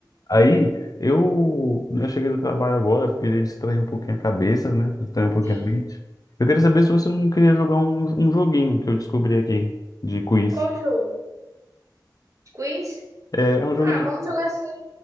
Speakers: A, on the left; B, on the right.
A: Aí eu, né, eu cheguei do trabalho agora, queria distrair um pouquinho a cabeça, né? Distrair um pouquinho
B: Sim.
A: a mente. Eu queria saber se você não queria jogar um, um joguinho que eu descobri aqui de quiz.
B: Qual jogo? Quiz?
A: É, é um jogo
B: Ah,
A: de.
B: vamos jogar sim.